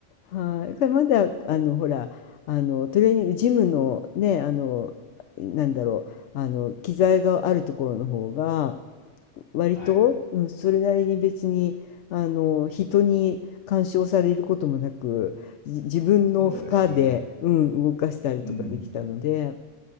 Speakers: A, on the left (about 70°); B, on the left (about 50°).
A: はい。だからまだ、あの、ほら、あの、トレーニング、ジムのね、あの、なんだろう、あの、機材があるところの方が、割と、
B: はい。
A: うん、それなりに別に、あの、人に干渉されることもなく、じ自分の負荷で、
B: そうですね。
A: うん、動かしたりとかできたので、
B: うん。